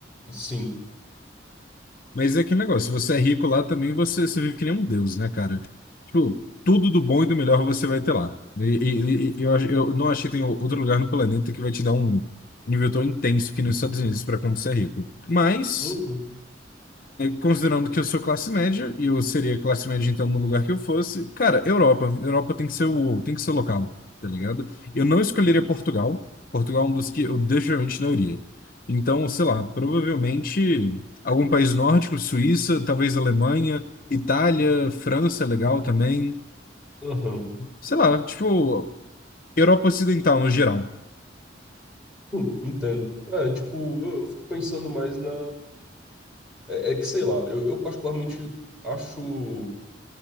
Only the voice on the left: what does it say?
Mas é aquele negócio, se você é rico lá também, você, você vive que nem um deus, né, cara? Tipo, tudo do bom e do melhor você vai ter lá. E, e- e- e eu, ach- eu não achei que tem outro lugar no planeta que vai te dar um nível tão intenso que nos Estados Unidos para quando você é rico. Mas.
Considerando que eu sou classe média, e eu seria classe média então no lugar que eu fosse, cara, Europa. Europa tem que ser o, tem que ser o local, tá ligado? Eu não escolheria Portugal. Portugal é um dos que eu definitivamente não iria. Então, sei lá, provavelmente algum país nórdico, Suíça, talvez Alemanha, Itália, França é legal também.
Sei lá, tipo, Europa Ocidental no geral.